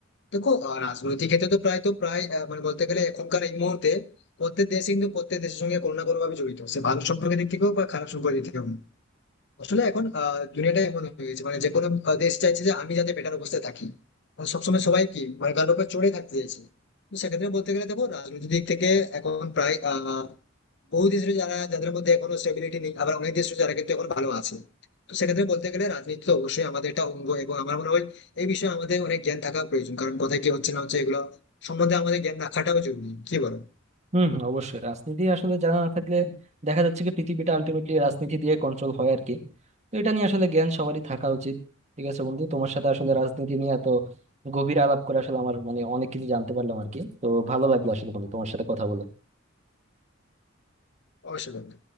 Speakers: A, on the left; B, on the right.
A: দেখো আহ, রাজনৈতিক ক্ষেত্রে তো প্রায় তো প্রায় আহ, মানে বলতে গেলে এখনকার এই মুহূর্তে প্রত্যেক দেশ কিন্তু প্রত্যেক দেশের সঙ্গে কোনো না কোনো ভাবে জড়িত সে ভালো সম্পর্কের দিক থেকেও বা খারাপ সম্পর্কের দিক থেকেও আসলে এখন আহ, দুনিয়াটা এমন হয়ে গেছে মানে যে কোনো আহ, দেশ চাইছে যে আমি যাতে বেটার অবস্থায় থাকি মানে সবসময় সবাই কি মানে কারোর উপর চড়ে থাকতে চাইছে তো সেক্ষেত্রে বলতে গেলে দেখো রাজনৈতিক দিক থেকে এখন প্রায় আহ বহু দেশ রয়েছে যারা যাদের মধ্যে এখনো স্টেবিলিটি নেই আবার অনেক দেশ রয়েছে যারা কিন্তু এখন ভালো আছে তো সেক্ষেত্রে বলতে গেলে রাজনীতি তো অবশ্যই আমাদের একটা অঙ্গ এবং আমার মনে হয় এই বিষয়ে আমাদের অনেক জ্ঞান থাকা প্রয়োজন কারণ কোথায় কি হচ্ছে না হচ্ছে এগুলো সম্বন্ধে আমাদের জ্ঞান রাখাটাও জরুরি কি বলো
B: হম হম অবশ্যই রাজনীতি আসলে জানা না থাকলে দেখা যাচ্ছে কি পৃথিবীটা আলটিমেটলি রাজনীতি দিয়ে কন্ট্রোল হয় আর কি তো এটা নিয়ে আসলে জ্ঞান সবারই থাকা উচিত ঠিক আছে বন্ধু তোমার সাথে আসলে রাজনীতি নিয়ে এত গভীর আলাপ করে আসলে আমার মানে অনেক কিছু জানতে পারলাম আর কি তো ভালো লাগলো আসলে বন্ধু তোমার সাথে কথা বলে
A: অবশ্যই বলো।